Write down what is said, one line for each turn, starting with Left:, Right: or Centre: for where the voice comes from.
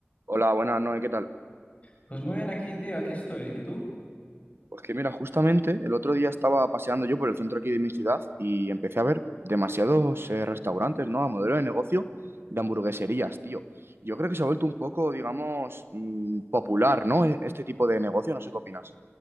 Right: Hola, buenas noches, ¿qué tal?
Left: Pues muy bien aquí, tío, aquí estoy. ¿Y tú?
Right: Pues que mira, justamente el otro día estaba paseando yo por el centro aquí de mi ciudad y empecé a ver demasiados eh, restaurantes, ¿no? A modelo de negocio de hamburgueserías, tío. Yo creo que se ha vuelto un poco, digamos, mm, popular, ¿no? E- Este tipo de negocio, no sé qué opinas.